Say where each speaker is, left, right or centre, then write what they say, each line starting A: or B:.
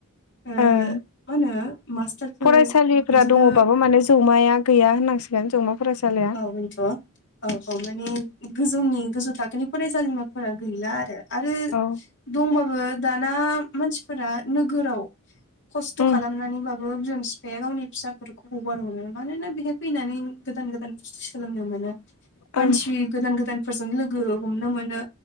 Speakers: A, on the left (about 55°); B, on the left (about 80°).
A: ओ मा
B: ओं
A: होनो मास्टारफोर
B: फरायसालिफोरा
A: बिदिनो
B: दङबाबो माने जौमाया गैया होननांसिगोन जौमा फरायसालिया
A: औ होनथ' औ औ माने गोजौनि गोजौ थाखोनि फरायसालिमाफोरा गैला आरो आरो
B: औ
A: दंबाबो दाना मानसिफोरा नोगोराव खस्थ'
B: उम
A: खालाम नानैबाबो बिमा फिफाया गावनि फिसाफोरखौ हगार हरो। मानोना बेहाय फैनानै गोदान गोदान सोलोंनो मोनो। मानसि
B: ओं
A: गोदान गोदानफोरजों लोगो हमनो मोनो।